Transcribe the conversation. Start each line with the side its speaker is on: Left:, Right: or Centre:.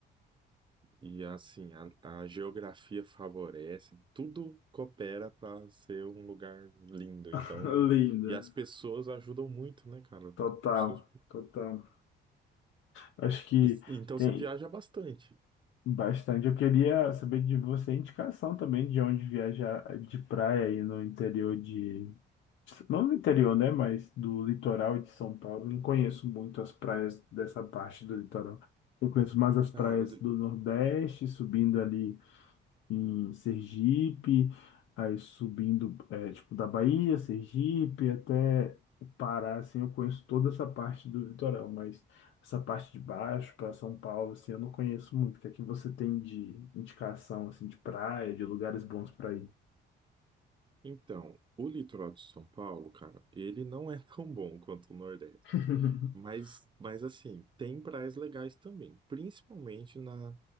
Right: e assim, a, a geografia favorece, tudo coopera para ser um lugar lindo.
Left: <laughs>
Right: Então,
Left: linda,
Right: e as pessoas ajudam muito, né, cara?
Left: total,
Right: Seus-
Left: total. Acho que
Right: e- Então
Left: tem.
Right: você viaja bastante.
Left: Bastante. Eu queria saber de você indicação também de onde viajar de praia aí no interior de. Não no interior, né? Mas do litoral de São Paulo. Eu não conheço muito as praias dessa parte do litoral. Eu conheço mais as praias
Right: Cara, o li-
Left: do Nordeste, subindo ali em Sergipe, aí subindo, é, tipo, da Bahia, Sergipe, até o Pará, assim, eu conheço toda essa parte do litoral, mas essa parte de baixo, para São Paulo, assim, eu não conheço muito. O que é que você tem de indicação, assim, de praia, de lugares bons para ir?
Right: então, o litoral de São Paulo, cara, ele não é <laughs> tão bom quanto o Nordeste.
Left: <laughs>
Right: Mas, mas assim, tem praias legais também, principalmente na,